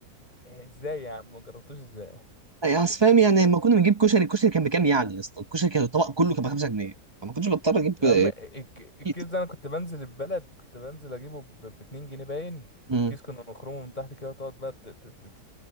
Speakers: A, on the left; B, on the right.
A: ازاي يا عم ما جربتوش ازاي
B: يعني اصل فاهم يعني
A: ده
B: لما كنا بنجيب كشري الكشري كان بكام يعني يا اسطى الكشري كان الطبق كله كان ب 5 جنيه فما كنتش بضطر اجيب
A: يا عم الك- الكيس
B: كيتي
A: ده انا كنت بنزل البلد كنت بنزل اجيبه ب ب 2 جنيه باين
B: امم
A: الكيس كنا نخرمه من تحت كده وتقعد بقى تت- تت- تت-